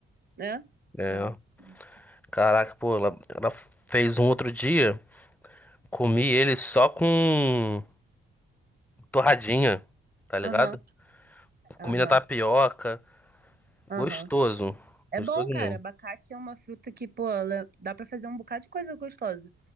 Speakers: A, on the right (about 30°); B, in the centre.
A: né?
B: É.
A: Ó, nossa.
B: Caraca, pô, ela, ela fez um outro dia, comi ele só com torradinha, tá ligado?
A: Aham, aham,
B: Comi na tapioca.
A: aham.
B: Gostoso.
A: É
B: Gostoso
A: bom, cara.
B: mesmo.
A: Abacate é uma fruta que, pô, ela dá pra fazer um bocado de coisa gostosa.